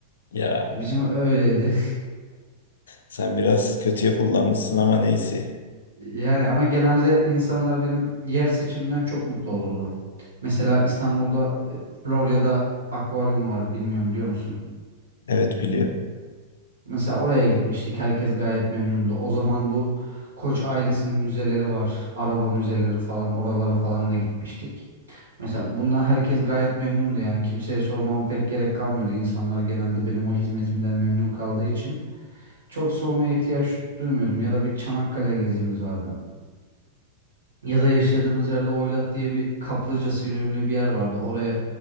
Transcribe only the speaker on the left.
Ya
sen biraz kötüye kullanmışsın ama neyse.
Evet biliyorum.